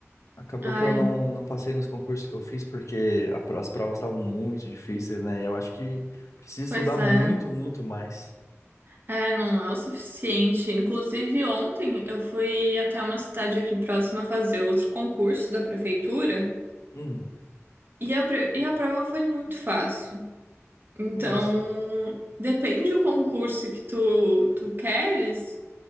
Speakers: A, on the left; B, on the right.
A: acabou
B: ai,
A: que eu não, não passei nos concursos que eu fiz porque a pro- as provas estavam muito difíceis, né? Eu acho que preciso estudar
B: pois é.
A: muito, muito mais.
B: É, não é o suficiente. Inclusive, ontem eu fui até uma cidade aqui próxima fazer outro concurso da prefeitura
A: Hum,
B: e a, pre- e a prova foi muito fácil. Então,
A: nossa.
B: depende do concurso que tu, tu queres,